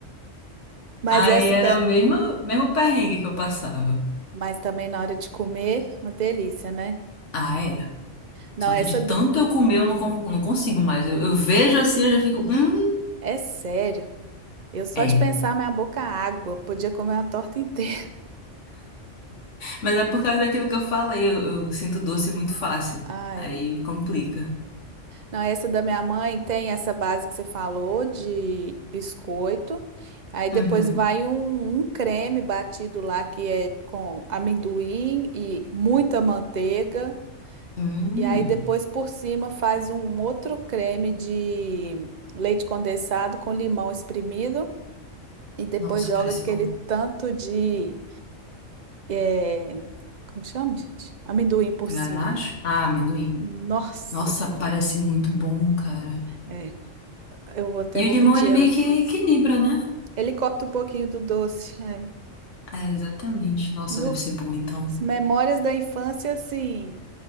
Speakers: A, on the right; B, on the left.
A: Mas
B: Aí
A: essa
B: era
A: da.
B: o mesmo, mesmo perrengue que eu passava.
A: Mas também na hora de comer, uma delícia, né?
B: Ah, era.
A: Não,
B: Só
A: essa
B: que de
A: da-
B: tanto eu comer, eu não, con- não consigo mais. Eu, eu vejo assim, eu já fico. Hum,
A: é sério. Eu só
B: é.
A: de pensar, minha boca água. Podia comer uma torta inteira.
B: Mas é por causa daquilo que eu falei, eu, eu sinto doce muito fácil.
A: <laughs> Ai.
B: Aí complica.
A: Não, essa da minha mãe tem essa base que você falou de biscoito. Aí depois
B: Uhum.
A: vai um, um creme batido lá que é com amendoim e muita manteiga.
B: Hum.
A: E aí depois por cima faz um outro creme de leite condensado com limão espremido. E depois
B: Nossa,
A: joga
B: parece
A: aquele
B: bom.
A: tanto de. eh, como que chama, gente? Amendoim por
B: Ganache?
A: cima.
B: Ah, amendoim.
A: Nossa
B: Nossa,
A: Senhora.
B: parece muito bom, cara.
A: É, eu vou- até
B: E
A: vou
B: o limão,
A: pedir
B: ele
A: ela
B: meio
A: para
B: que
A: fazer.
B: equilibra, né?
A: Ele corta um pouquinho do doce. É.
B: É, exatamente. Nossa,
A: Nu.
B: deve ser bom, então.
A: As memórias da infância, assim,